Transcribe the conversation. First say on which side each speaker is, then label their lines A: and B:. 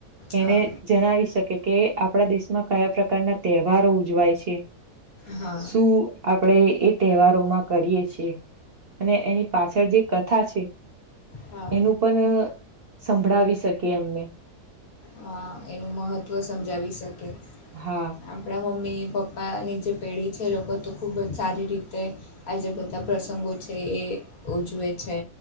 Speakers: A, on the left (about 65°); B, on the right (about 45°).
A: હા
B: એને જણાવી શકે કે આપણા દેશમાં કયા પ્રકારના તહેવારો ઉજવાય છે
A: હા
B: સુું આપણેે એ તહેવારોમાં કરીએ છીએ અને એની પાછળ જે કથા છે
A: હા
B: એનું પણ સંભળાવી શકી એમને
A: હા એનું મહત્ત્વ સમજાવી શકે
B: હા
A: આપણા મમ્મી પપ્પાની જે પેઢી છે એ લોકો તો ખૂબ જ સારી રીતે આ જે બધા પ્રસંગો છે એ એ ઉજવે છે